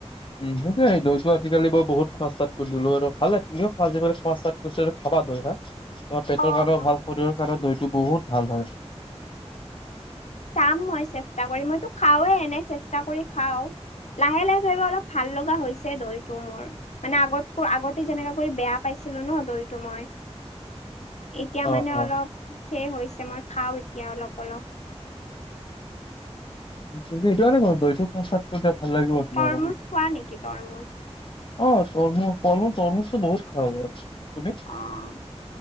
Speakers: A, on the left; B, on the left.
A: উম, সেইটোয়ে টো দৈ টো আজিকালি বহুত খোৱা চাত কৰি দিলো আৰু ভাল তুমিও খোৱা কৈছ খাবা দৈ হা তোমাৰ পেটৰ
B: অ
A: কাৰণেও
B: অ
A: ভাল শৰীৰৰ কাৰণেও দৈতটো বহুত ভাল হয়।
B: চাম মই চেষ্টা কৰি মইতো খাওঁৱে এনে চেষ্টা কৰি খাওঁ। লাহে লাহে ধৰিবা অলপ ভাল লগা হৈছে দৈটো মোৰ। মানে আগতকৈ আগতে যেনেকা কৰি বেয়া পাইছিলো ন দৈটো মই
A: <inaudible>
B: এতিয়া
A: অ
B: মানে
A: অ
B: অলপ শেষ হৈছে মই খাওঁ এতিয়া অলপ অলপ।
A: সই এইটো কৰ দৈইটো খোৱা স্টাট কৰি দিয়া ভাল লাগিব তোমাৰ
B: তৰমুজ খোৱা নেকি তৰমুজ
A: অ' তমু ফমুচ তৰমুচটো বহুত খাব আৰু তুমি
B: অ'।